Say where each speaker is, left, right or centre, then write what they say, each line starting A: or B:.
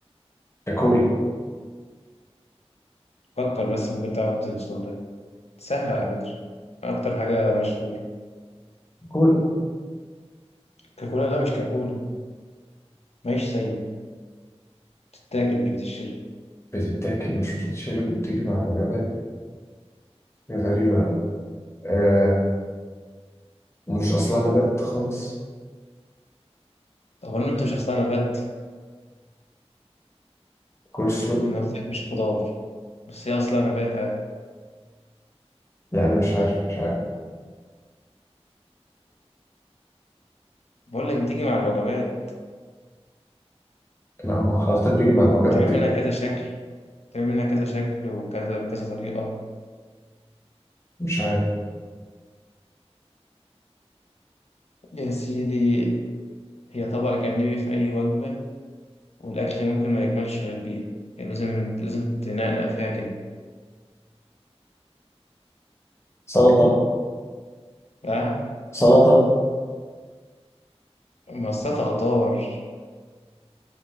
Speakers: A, on the left; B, on the left.
A: كولا
B: فكر بس ممكن تعرف توصل سهلة على فكرة أكتر حاجة مشهورة
A: كولا
B: كاكولا لا مش كاكولا ماهيش سايبة بتتاكل مش بتتشرب
A: بتتاكل مش بتتشرب وبتيجي مع الوجبات دي غريبة أوي آه... ومش اصلا نبات خالص
B: أولا أنت مش أصلها نبات
A: كول سلو
B: أنا قلت لك مش خضار بس هي أصلها نبات عادي
A: لا انا مش عارف مش عارف
B: بقول لك بتيجي مع الوجبات
A: لا ما حضرتك بيجي مع الوجبات
B: بتعمل
A: ايه؟
B: منها كذا شكل بتعمل منها كذا شكل وكذا بكذا طريقة
A: مش عارف
B: يا سيدي هي طبق جانبي في أي وجبة والأكل ممكن ما يكملش غير بيها يعني لازم لازم تنقنق فيها كده
A: سلطة
B: أه؟
A: سلطة
B: ما أصلها خضار